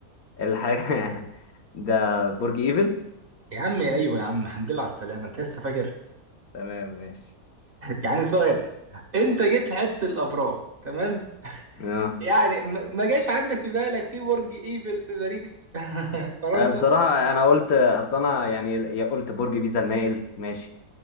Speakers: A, on the left; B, on the right.
A: الحاجة <laughs> ده برج ايفل
B: يا عم ايوه يا عم الحمد لله على السلامة انت لسه فاكر
A: تمام ماشي
B: يعني سؤال انت جيت لحتة الابراج تمام
A: اه
B: يعني ما ما جاش عندك في بالك في برج ايفل في باريس <laughs> فرنسا
A: آه، بصراحة انا قلت اصل انا يعني يا قلت برج بيزا المائل ماشي